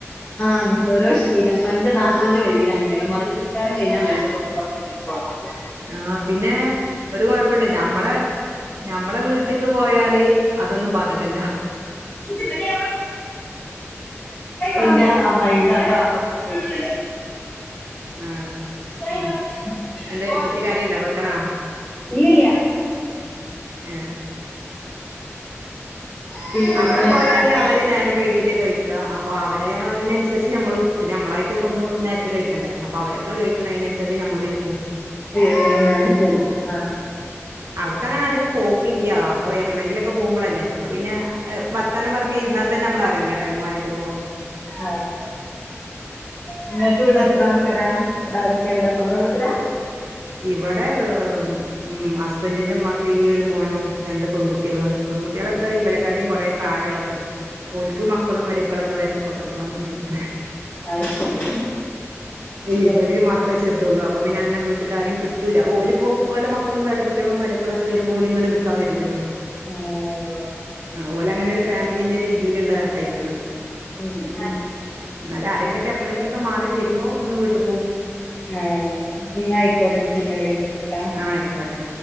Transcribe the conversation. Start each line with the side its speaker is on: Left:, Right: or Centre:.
Left: അങ്ങന ഓരോ ശീലങ്ങൾ എന്റെ നാത്തുന്റെ പെരയിൽ അങ്ങനെയാണ് മഗ്‌രിബ് നിസ്കാരം കഴിഞ്ഞാ മേശപ്പുറത്ത് ഭക്ഷണം എത്തിക്കോണം
Right: ആഹ് പിന്നെ ഒരു കൊഴപ്പുണ്ട് ഞമ്മളെ ഞമ്മളെ വീട്ടക്ക് പോയാല് അതൊന്നും ബാധകല്ല
Left: പിന്നെ ഇന്റെ അമ്മായി കാക്ക ഭക്ഷണം കഴിക്കൂല
Right: ആ
Left: <unintelligible>
Right: എന്തേ കുട്ടി കരയുണ്ടോ വെക്കണോ
Left: ഇല്ലില്ല
Right: ഏഹ്
Left: പിന്നെ
Right: അവിടെ പോയാല് അവര് നേരം വൈകീട്ടാ കഴിക്ക അപ്പൊ അവര് അയ്നനുസരിച്ച് നമ്മളും, പിന്നെ നമ്മളായി സ്വന്തം നേരത്തെ കഴിക്കണ്ടെ അപ്പോ അവരെപ്പഴാ കഴിക്കണ അതിനനുസരിച്ച് നമ്മളും ഇരിക്കും
Left: ആയ്ശരി ആഹ് ആഹ്
Right: അവിടെക്ക് അങ്ങനെ അധികം പോക്കില്ല അപ്പൊ എപ്പഴെങ്കിലൊക്കെ പോകുമ്പോളല്ലേ അപ്പൊ പിന്നെ വർത്തനം പറഞ്ഞ് ഇരുന്നാൽ തന്നെ നമ്മളറിയില്ല ടൈം ആയതും പോണതും
Left: അതെ നിങ്ങൾക്ക് ഇവിടെ എത്ര ആൾക്കാരാ ഇവിടെ ആരൊക്കെയ ഉള്ളത് സ്വന്തം വീട്ടിലാ
Right: ഇവിടെ ഉം ഹസ്ബന്റീന്റെ മ്മക്ക് ഈ ഒരു മോനും രണ്ട് പെൺകുട്ടികളുമാണ് പെൺകുട്ടികളൊക്കെ ഇവലക്കാട്ടിയും കുറെ പ്രായമുള്ളവരാണ് ഓല്ക്ക് മക്കളും മരുക്കളൊക്കെ വരന്ന് കൊണ്ടന്നു പോവാൻ തുടങ്ങിക്കണ്
Left: അത് ശരി നിങ്ങള്
Right: ഇവല് മാത്രേ ചെറുതുള്ളൂ അപ്പൊ പിന്നെങ്ങനെ വീട്ട ആരേം കിട്ടൂല്ല ഓല പോ ഓല മക്കളും വ കുട്ടികളും മരുമക്കളോക്കെ വരുമ്പോല് ഇങ്ങട്ട് നിക്കാൻ വരൂലല്ലോ
Left: ആഹ് അതെ അതെ
Right: ആ ഓലെ അങ്ങനെ ഒരു ഫാമിലിന്റെ രീതിയിലുള്ള ആയിക്കണ്
Left: മ്മ്
Right: എന്നാലും ആരെങ്കിലൊക്കെ എപ്പളെങ്കിലുക്കെ മാറി വരുമ്പോ ഒന്ന് വീട്ടി പോവും
Left: ആഹ ന്നായിക്കോട്ടെന്നെ പിന്നെ വിളിക്കണ്ട്
Right: ആഹ ആയിക്കോട്ടെ